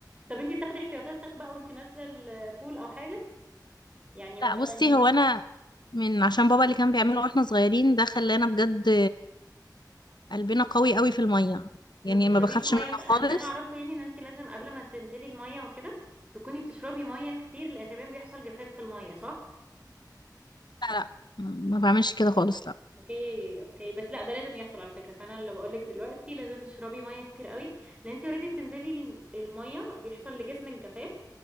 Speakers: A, on the right (about 15°); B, on the left (about 75°).
A: طب انتي بتاخدي احتياطاتك بقى وانتي نازلة البول او حاجة يعني
B: لا
A: مثلا
B: بصي هو انا من عشان بابا اللي كان بيعمله واحنا صغيرين ده خلانا بجد قلبنا قوي قوي في الميه
A: ما
B: يعني
A: بتشربيش
B: ما بخافش
A: مية
B: منها خالص
A: اللي انا اعرفه يعني ان انتي لازم قبل ما تنزلي المية وكده تكوني بتشربي مية كتير لان تمام بيحصل جفاف في المية صح
B: لا لا ما ما بعملش كده خالص لا
A: اوكي اوكي بس لا ده لازم يحصل على فكرة فانا اللي بقولك دلوقتي لازم تشربي مية كتير قوي لان انتي اوريدي بتنزلي ال- المية بيحصل لجسمك جفاف